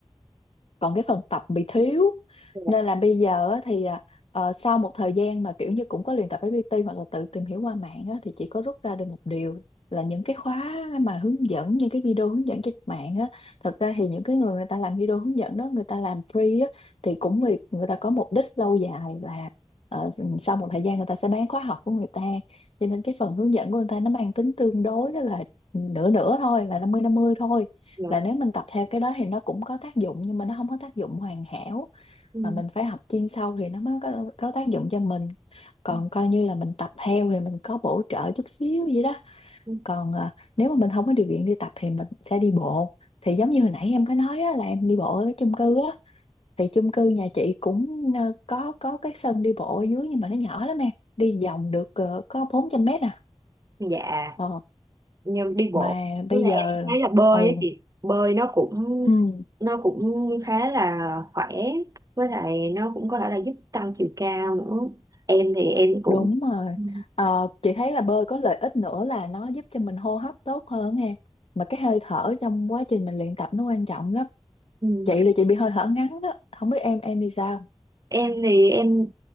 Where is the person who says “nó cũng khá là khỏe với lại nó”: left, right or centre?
Right